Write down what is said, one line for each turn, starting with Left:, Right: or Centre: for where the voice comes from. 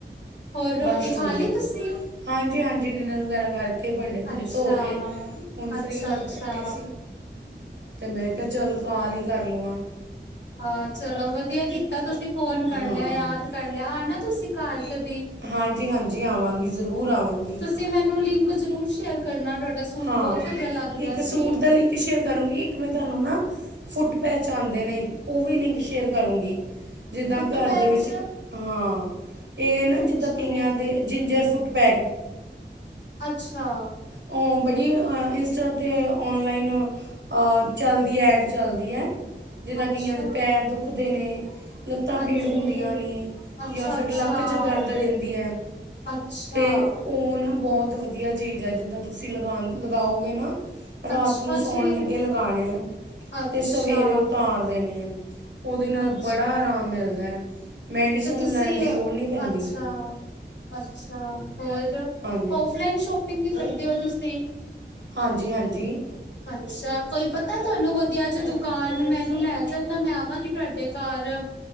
Left: ਹੋਰ ਰੋਟੀ
Right: ਬਸ ਵਧੀਆ
Left: ਖਾ ਲਈ ਤੁਸੀਂ?,
Right: ਹਾਂਜੀ ਹਾਂਜੀ ਡਿਨਰ ਵਗੈਰਾ ਕਰਕੇ ਭਾਂਡੇ ਭੂੰਡੇ
Left: ਅੱਛਾ,
Right: ਧੋ ਕੇ ਹੁਣ
Left: ਅੱਛਾ-ਅੱਛਾ।
Right: ਫ੍ਰੀ ਹੋ ਕੇ ਬੈਠੇ ਸੀ ਤੇ ਮੈਂ ਕਿਹਾ ਚੱਲ ਕਾਲ ਹੀ ਕਰ ਲਵਾਂ।
Left: ਹਾਂ ਚਲੋ ਵਧੀਆ ਕੀਤਾ ਤੁਸੀਂ ਫੋਨ ਕਰ
Right: ਹਾਂ
Left: ਲਿਆ ਯਾਦ ਕਰ ਲਿਆ। ਹਾਂ ਨਾ ਤੁਸੀਂ ਘਰ ਕਦ
Right: ਹਾਂਜੀ ਹਾਂਜੀ ਆਵਾਂਗੀ ਜ਼ਰੂਰ
Left: ਹਾਂ
Right: ਆਵਾਂਗੀ।
Left: ਤੁਸੀਂ ਮੈਨੂੰ ਲਿੰਕ ਜ਼ਰੂਰ ਸ਼ੇਅਰ ਕਰਨਾ ਤੁਹਾਡਾ ਸੂਟ
Right: ਹਾਂ
Left: ਬਹੁਤ ਵਧੀਆ ਲੱਗ ਰਿਹਾ
Right: ਇੱਕ
Left: ਸੀ
Right: ਸੂਟ ਦਾ ਲਿੰਕ ਸ਼ੇਅਰ ਕਰੂੰਗੀ, ਇੱਕ ਮੈਂ ਤੁਹਾਨੂੰ ਨਾ ਫੁੱਟਪੈਚ ਚਾਂਦੇ ਨੇ, ਉਹ ਵੀ ਲਿੰਕ ਸ਼ੇਅਰ ਕਰੂੰਗੀ। ਜਿੱਦਾਂ
Left: ਪੁੱਟ
Right: ਘਰ
Left: ਪੈਚ
Right: ਦੇ ਵਿੱਚ, ਹਾਂ। ਇਹ ਨਾ
Left: ਅੱਛਾ
Right: ਜਿੱਦਾਂ ਕਈਆਂ ਦੇ ਜਿੰਜਰ ਫੁਟ ਪੈਕ
Left: ਅੱਛਾ
Right: ਉਹ ਬੜੀ ਇੰਸਤਾ ਤੇ ਔਨਲਾਈਨ ਔਰ ਚਲਦੀ ਐਡ ਚਲਦੀ ਹੈ। ਜਿੱਦਾਂ
Left: ਅੱਛਾ
Right: ਕਈਆਂ ਦੇ ਪੈਰ ਦੁੱਖਦੇ ਨੇ ਲੱਤਾਂ
Left: ਹਾਂਜੀ
Right: ਪੀੜ ਹੁੰਦੀਆਂ ਨੇ
Left: ਅੱਛਾ
Right: ਜਾਂ ਫਿਰ
Left: ਅੱਛਾ
Right: ਲੱਕ 'ਚ ਦਰਦ ਰਹਿੰਦੀ ਹੈ,
Left: ਅੱਛਾ
Right: ਤੇ ਉਹ ਨਾ ਬਹੁਤ ਵਧੀਆ ਚੀਜ਼ ਹੈ ਜ ਤੁਸੀਂ ਲਗਾ ਲਗਾਉਗੇ ਨਾ ਰਾਤ
Left: ਅੱਛਾ
Right: ਨੂੰ ਸੌਣ
Left: ਜੀ
Right: ਲੱਗੇ ਲਗਾਉਣੇ
Left: ਅੱਛਾ
Right: ਤੇ ਸਵੇਰੇ ਉਤਾਰ ਦੇਣੇ ਆ। <inaudible> ਉਹਦੇ ਨਾਲ
Left: ਅੱਛਾ
Right: ਬੜਾ ਆਰਾਮ ਮਿਲਦਾ ਹੈ। ਮੈਡੀਸਨ
Left: ਤੇ ਤੁਸੀਂ,
Right: ਲੈਣ ਦੀ ਲੋੜ ਨਹੀਂ ਪੈਂਦੀ
Left: ਅੱਛਾ ਅੱਛਾ ਹੋਰ ਜੋ,
Right: ਹਾਂਜੀ
Left: ਔਫਲਾਈਨ ਸ਼ੋਪ ਵੀ ਕਰਦੇ ਹੋ ਤੁਸੀਂ
Right: ਹਾਂਜੀ ਹਾਂਜੀ ਜੀ।
Left: ਅੱਛਾ ਕੋਈ ਪਤਾ ਤੁਹਾਨੂੰ ਵਧੀਆ ਚ ਕਲ ਮੈਨੂੰ ਲੈ ਚਲਣਾ ਮੈਂ ਆਵਾਂਗੀ ਤੁਹਾਡੇ ਘਰ